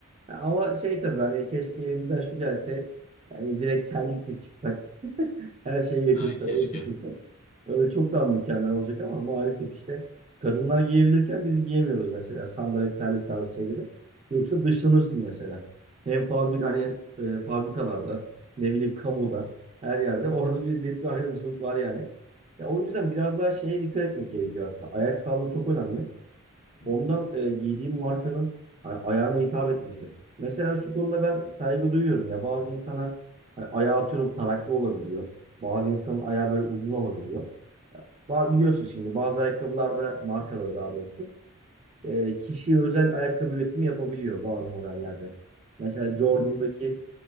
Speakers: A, on the right (about 30°); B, on the left (about 35°).
A: Ya Ama şey tabii hani keşke elimizden şu gelse yani direkt terlikle çıksak <laughs> her şey yakışsa
B: Ay keşke.
A: öyle takılsak. Öyle çok daha mükemmel olacak ama maalesef işte kadınlar giyebilirken biz giyemiyoruz mesela sandalet terlik tarzı şeyleri. Yoksa dışlanırsın mesela. Hem fabrik hani hem, e, fabrikalarda ne bileyim kamuda her yerde orada bir net bir ayrımcılık var yani. Ya o yüzden biraz daha şeye dikkat etmek gerekiyor aslında. Ayak sağlığı çok önemli.
B: Hı
A: Ondan
B: hı.
A: e, giydiğim markanın a- ayağına hitap etmesi. Mesela şu konuda ben saygı duyuyorum ya bazı insana hani ayağı atıyorum taraklı olabiliyor. Bazı insanın ayağı böyle uzun olabiliyor. Ba- biliyorsun şimdi bazı ayakkabılarda markaları daha doğrusu e, kişiye özel ayakkabı üretimi yapabiliyor bazı modellerde. Mesela Jordan'daki
B: Hı hı.